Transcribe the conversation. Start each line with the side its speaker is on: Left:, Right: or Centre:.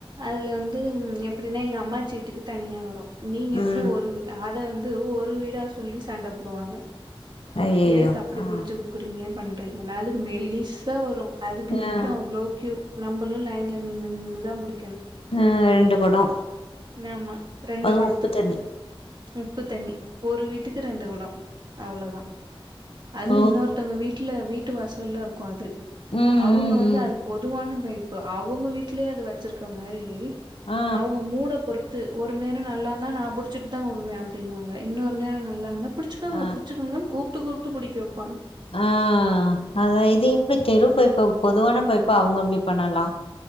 Right: அதுல வந்து ம் எப்டின்னா எங்க அம்மாச்சி வீட்டுக்கு தனியா வரு நீங்க எப்டி
Left: ம்
Right: ஒரு அத வந்து ஒரு வீடா சொல்லி சண்ட போடுவாங்க
Left: ஐயையோ
Right: எதுக்கு அப்டி
Left: ஆ
Right: புடிச்சி குடுக்குறீங்க பண் றீங்க னது மெலிசா வரு அதுக்கு நிக்கு
Left: ஆ
Right: அவ்ளோ க்யூ நம்பளு லைன்ல நின் னு தா புடி
Left: ம் ரெண்டு கொடோ
Right: னாமா ரெண்டு
Left: அதுவு
Right: கொடத்துக்கு
Left: உப்பு தண்ணி
Right: உப்பு தண்ணி ஒரு வீட்டுக்கு ரெண்டு கொடோ அவ்ளோதா அது
Left: ஓ
Right: இன்னொருத்தவங்க வீட்ல வீட்டு வாசல்ல இருக்கு அது
Left: ம் ம்
Right: அவுங்க வந்து
Left: ம்
Right: அது பொதுவான பை ப்பு அவுங்க வீட்லயே அத வச்சிருக்க மாரி
Left: ஆ
Right: அவுங்க மூட பொருத்து ஒரு நேரோ நல்லாருந்தா நா புடிச்சிட் தா வுடுவே அப்டின்னுவாங்க இன்னொரு நேரோ நல்லாந்தா பிடிச்சிக்கோங்க
Left: ஆ ஆ
Right: பிடிச்சிக்கோங்கன் கூப்ட்டு கூப்ட்டு புடிக்க வெ
Left: ஆ அத இது இப்டி தெரு பைப்ப பொதுவான பைப்ப அவுங்க அப்டி பண்ணலா